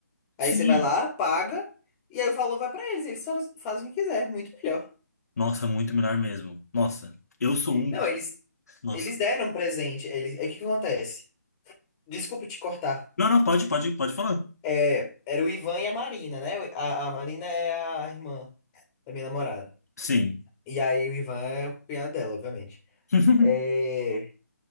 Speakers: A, on the left; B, on the left.
A: Aí
B: sim.
A: você vai lá, paga, e aí o valor vai pra eles, eles faz- fazem o que quiser, muito melhor.
B: Nossa, muito melhor mesmo. Nossa, eu sou um.
A: Não, eles,
B: Nossa.
A: eles deram um presente, eles, é o que que acontece? Desculpa te cortar.
B: Não, não, pode, pode, pode falar.
A: É, era o Ivan e a Marina, né? A, a Marina é a irmã da minha namorada.
B: Sim,
A: E aí o Ivan é o cunhado dela, obviamente.
B: <laughs>
A: É,